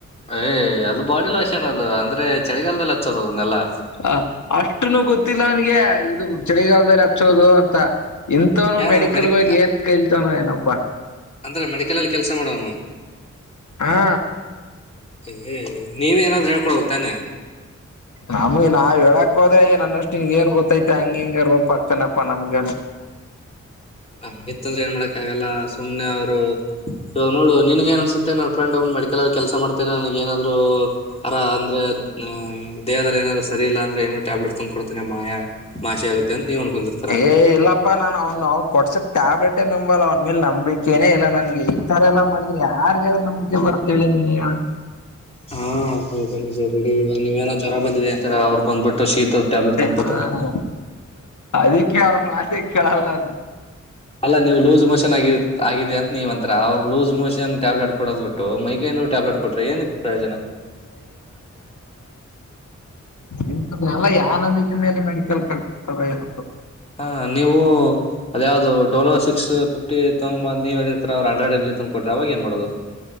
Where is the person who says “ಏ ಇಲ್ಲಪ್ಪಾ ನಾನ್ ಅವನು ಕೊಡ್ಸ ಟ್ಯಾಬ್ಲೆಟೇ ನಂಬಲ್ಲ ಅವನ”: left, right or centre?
Left